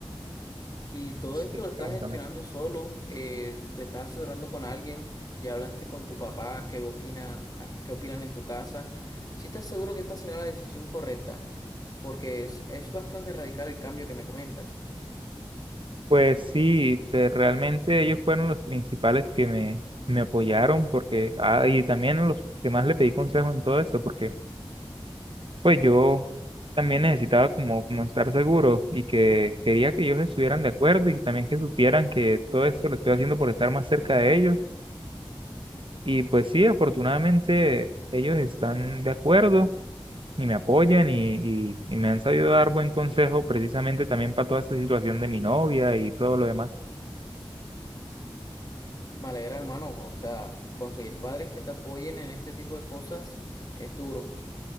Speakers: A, on the left; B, on the right.
A: Y todo
B: sí,
A: esto lo estás
B: pregúntame.
A: gestionando solo, eh, te estás asesorando con alguien, ya hablaste con tu papá, qué opina, a- qué opinan en tu casa. Si estás seguro que esta será la decisión correcta, porque es, es bastante radical el cambio que me comentas.
B: Pues sí, que realmente ellos fueron los principales que me, me apoyaron porque, ah, y también los que más le pedí consejo en todo esto, porque Pues yo también necesitaba como, como estar seguro y que quería que ellos estuvieran de acuerdo y también que supieran que todo esto lo estoy haciendo por estar más cerca de ellos. Y pues sí, afortunadamente ellos están de acuerdo y me apoyan y, y, y me han sabido dar buen consejo precisamente también para toda esta situación de mi novia y todo lo demás.
A: Me alegra, hermano, o sea, conseguir padres que te apoyen en este tipo de cosas es duro.